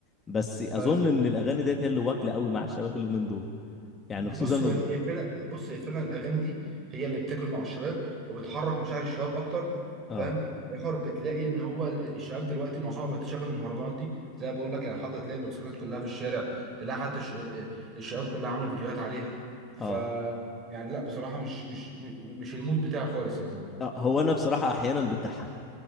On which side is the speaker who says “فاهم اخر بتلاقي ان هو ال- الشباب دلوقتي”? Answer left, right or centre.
Right